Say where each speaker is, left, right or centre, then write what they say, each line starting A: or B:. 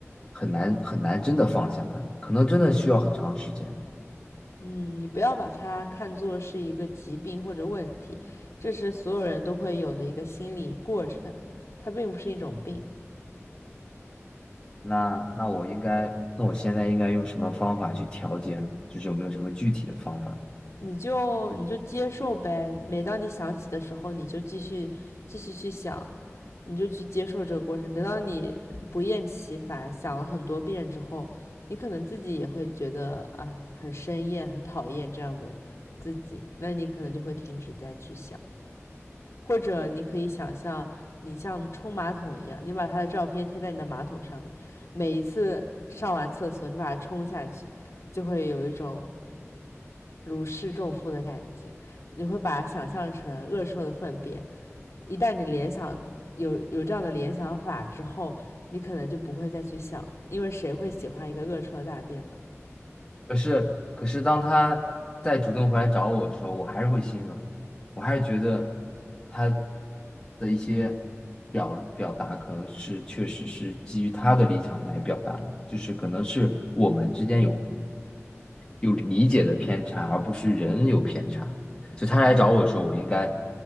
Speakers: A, on the left; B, on the left.
A: 很难很难真的放下它，可能真的需要很长时间。
B: 嗯，你不要把它看作是一个疾病或者问题，这是所有人都会有的一个心理过程，它并不是一种病。
A: 那那我应该，那我现在应该用什么方法去调节呢就是有没有什么具体的方法？
B: 你就你就接受呗。每当你想起的时候，你就继续继续去想，你就去接受这个过程。等到你不厌其烦想了很多遍之后，你可能自己也会觉得啊，很生厌、很讨厌这样的自己，那你可能就会停止再去想。或者你可以想象，你像冲马桶一样，你把他的照片贴在你的马桶上面，每一次上完厕所，你把它冲下去，就会有一种如释重负的感觉。你会把它想象成恶臭的粪便。一旦你联想有有这样的联想法之后，你可能就不会再去想，因为谁会喜欢一个恶臭的大便呢？
A: 可是，可是当他再主动回来找我的时候，我还是会心软，我还是觉得他的一些表表达可能是确实是基于他的立场来表达的，就是可能是我们之间有有理解的偏差，而不是人有偏差。就他来找我的时候，我应该